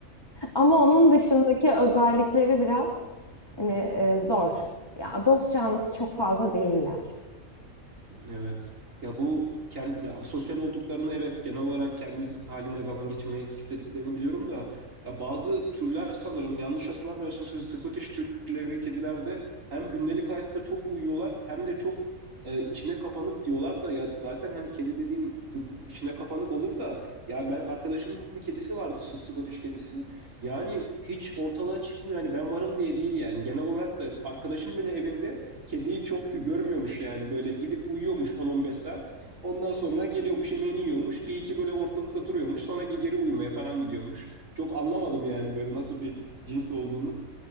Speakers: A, on the left; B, on the right.
A: Ama onun dışındaki özellikleri biraz hani e, zor. Ya dost canlısı çok fazla değiller.
B: Evet. Ya bu kendi ya sosyal olduklarını evet genel olarak kendi halinde zaman geçirmek istediklerini biliyorum da ya bazı türler sanırım yanlış hatırlamıyorsam siz Scottish türleri kedilerde hem gündelik hayatta çok uyuyorlar hem de çok e, içine kapanık diyorlar da ya zaten hani kedi dediğin t- içine kapanık olur da ya ben arkadaşımın bir kedisi vardı Sc- Scottish kedisi yani hiç ortalığa çıkmıyor hani ben varım diye değil yani genel olarak da arkadaşım bile evinde kediyi çok görmüyormuş yani böyle gidip uyuyormuş 10-15 saat. Ondan sonra geliyormuş yemeğini yiyormuş. Bir iki böyle ortalıkta duruyormuş. Sonra geri uyumaya falan gidiyormuş. Çok anlamadım yani böyle nasıl bir cins olduğunu.